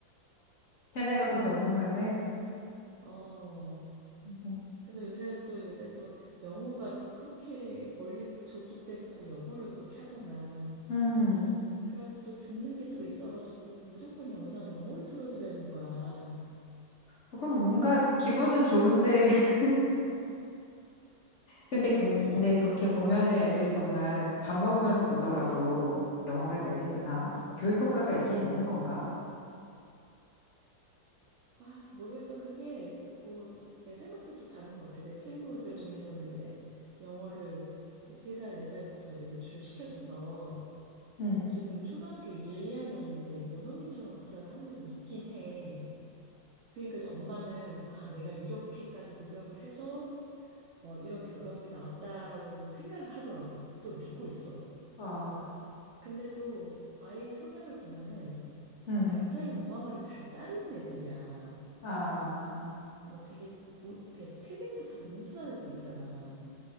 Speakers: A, on the left; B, on the right.
A: 걔네가 더 전문가네.
B: 어,
A: 음,
B: 그래서 요새는 또 요새 또 영어가 또 그렇게 어릴 조기 때부터 영어를 그렇게 하잖아.
A: 음,
B: 그래가지고 또 듣는 게 또 있어가지고 무조건 영상을 영어로 틀어주라는 거야.
A: 그럼 뭔가 기분은 좋은데. <laughs> 근데, 근- 근데 그렇게 보면은 애들이 정말 밥 먹으면서 보더라도 영화가 늘긴
B: 음.
A: 느나? 교육 효과가 있긴 있는 건가?
B: 아, 모르겠어. 그게 뭐 애들마다 또 다른 것 같아. 내 친구들 중에서는 이제 영어를 3살, 4살부터 이제 노출을 시켜줘서
A: 음,
B: 지금 초등학교 1, 2학년인데 원어민처럼 구사를 하는 애들이 있긴 해. 그러니까 이제 엄마는 아, 내가 이렇게까지 노력을 해서 어, 이런 결과물이 나왔다라고 생각을 하더라고. 또 믿고 있어.
A: 아,
B: 근데 또 아이 성향을 보면은
A: 음,
B: 굉장히 엄마 말을 잘 따르는 애들이야.
A: 아.
B: 어, 되게, 오, 이렇게 태생부터 온순한 애들 있잖아.